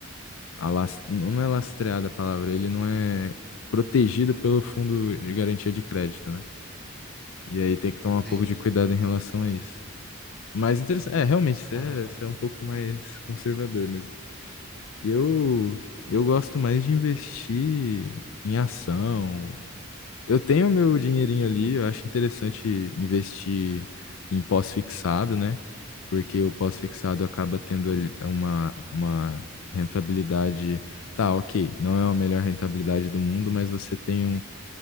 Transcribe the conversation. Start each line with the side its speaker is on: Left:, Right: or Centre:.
Left: alas- não é lastreado a palavra, ele não é protegido pelo fundo de garantia de crédito, né? E aí tem que tomar
Centre: Ah, Entendi.
Left: um pouco de cuidado em relação a isso. Mas interessante, é, realmente, você
Centre: Aham,
Left: é, você é um pouco mais conservador mesmo. Eu, eu gosto mais de investir em ação. Eu tenho meu dinheirinho ali, eu acho interessante
Centre: sim.
Left: investir em pós-fixado, né? Porque o pós-fixado acaba tendo ali uma, uma rentabilidade. Tá, ok, não é a melhor rentabilidade do mundo, mas você tem um-